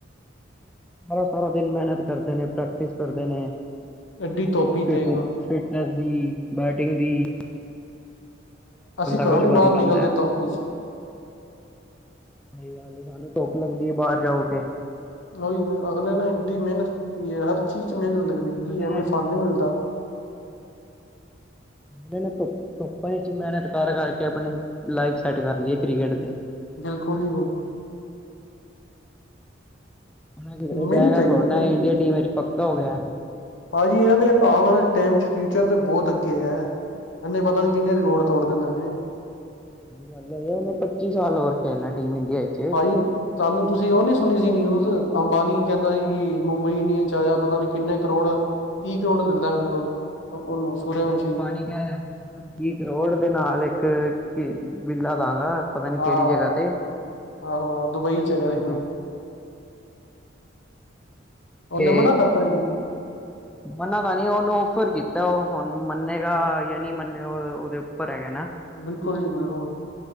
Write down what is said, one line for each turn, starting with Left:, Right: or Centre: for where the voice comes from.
Centre: ਸਾਰਾ-ਸਾਰਾ ਦਿਨ ਮੇਹਨਤ ਕਰਦੇ ਨੇ ਪ੍ਰੈਕਟਿਸ ਕਰਦੇ ਨੇ।
Left: ਐਡੀ ਤੋਪ ਈ
Centre: ਫਿਟ
Left: ਦੇਖ ਲੋ।
Centre: ਫਿਟਨੈਸ ਵੀ ਬੈਟਿੰਗ ਵੀ।
Left: ਅਸੀਂ ਕਰੋ
Centre: ਕੁਛ
Left: ਨੀ
Centre: ਬਣ
Left: ਬਾਰ
Centre: ਪਾਂਦਾ।
Left: ਨਿਕਲਦੇ ਧੁੱਪ ਇਚ।
Centre: ਸਈ ਗੱਲ ਏ ਸਾਨੂੰ ਧੁੱਪ ਲੱਗਦੀ ਏ ਬਾਰ ਜਾਓ ਤੇ।
Left: ਉਹੀ ਅਗਲੇ ਨੇ ਏਡੀ ਮੇਨਤ ਕੀਤੀ ਹਰ ਚੀਜ਼ ਚ ਮੇਨਤ ਲੱਗਦੀ ਏ
Centre: ਅਗਲੇ
Left: ਜੀ ਐਵੇਂ
Centre: ਨੇ
Left: ਫਲ ਨੀ ਮਿਲਦਾ।
Centre: ਮੇਨਤ ਧੁੱਪਾਂ ਇਚ ਵੀ ਮੇਨਤ ਕਰ-ਕਰ ਕੇ ਆਪਣੇ ਲਾਈਫ ਸੈੱਟ ਕਰ ਲਈ ਏ ਕ੍ਰਿਕਟ ਤੇ।
Left: ਬਿਲਕੁਲ ਜੀ ਬਿਲਕੁਲ।
Centre: ਔ ਹੂਨ ਐ ਕਿਧਰੇ ਜਾਏਗਾ
Left: ਮਿਹਨਤ ਹੈਗੀ
Centre: ਥੋੜਾ ਨਾ ਇੰਡੀਆ ਟੀਮ ਵਿੱਚ ਪੱਕਾ ਹੋ ਗਿਆ।
Left: ਭਾਜੀ ਐ ਤੇ ਆਉਣ ਵਾਲੇ ਟਾਈਮ ਚ ਫਿਊਚਰ ਤੇ ਬੋਤ ਅੱਗੇ ਹੈ। ਐਨੇ ਪਤਾ ਨੀ ਕਿੰਨੇ ਰਿਕੋਡ ਤੋੜ ਦੇਨਾ ਜੇ।
Centre: ਸਈ ਗੱਲ ਏ ਹਜੇ ਏਨੇ ਪੱਚੀ ਸਾਲ ਹੋਰ ਖੇਲਣਾ ਏ ਟੀਮ ਇੰਡੀਆ ਚ।
Left: ਪਾਜੀ ਕਾਲ ਨੂੰ ਤੁਸੀਂ ਉਹ ਨੀ ਸੁਣੀ ਸੀ ਨਿਊਜ਼, ਅੰਬਾਨੀ ਕੇੰਦਾ ਸੀ ਕਿ ਮੁੰਬਈ ਇੰਡੀਅਨ ਆਇਆ ਪਤਾ ਨੀ ਕਿੰਨੇ ਕਰੋੜ ਤੀਹ ਕਰੋੜ ਲਲੈ ਮੇਰੇ ਕੋਲ। ਉਹਨੂੰ ਸੂਰਯਵੰਸ਼ੀ
Centre: ਹਾਂ
Left: ਨੂੰ
Centre: ਬਾਨੀ। ਵੀ ਕਰੋੜ ਨਾਲ ਇਕ ਵਿੱਲਾ ਦਾਂਗਾ। ਪਤਾ ਨੀ
Left: ਆਹ
Centre: ਕੇੜੀ
Left: ਆਹੋ
Centre: ਜਗ੍ਹਾ ਤੇ
Left: ਆਹੋ ਦੁਬਈ ਚ ਹੈਗਾ ਸੀ ਕੋਈ
Centre: ਹਾਂ-ਹਾਂ।
Left: ਉਹਨੇ
Centre: ਤੇ
Left: ਮਨਾ ਕਰਤਾ
Centre: ਮਨਾ ਤਾ ਨੀ ਓਨੂੰ ਔਫਰ ਕੀ ਤਾਂ ਉਹ ਹੁਣ ਮੰਨੇਗਾ
Left: ਜੀ
Centre: ਯਾ ਨੀ ਮੰਨੇਗਾ, ਓ ਉਹਦੇ ਉੱਪਰ ਹੈਗਾ ਨਾ।
Left: ਬਿਲਕੁਲ ਜੀ ਬਿਲਕੁਲ।